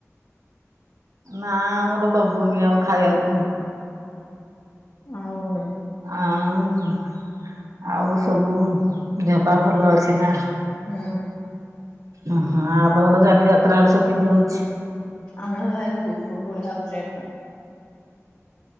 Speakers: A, on the right; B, on the left.
A: ନା ଆମର ଦବୁନି ଆଉ ଖାଇବାକୁ।
B: ଆଉ।
A: ଆଉ ଆଉ ସବୁ ଝାପା ଭଲ ଅଛି ନା।
B: ହୁଁ।
A: ଓହୋ ଆଉ ତମର ଜାନି ଯାତ୍ରା ହାଡେ ସବୁ କେମିତି ହୋଉଛି?
B: ଆମେ ବହୁତ ବଢିଆ ହୋଉଛି ଏଠି।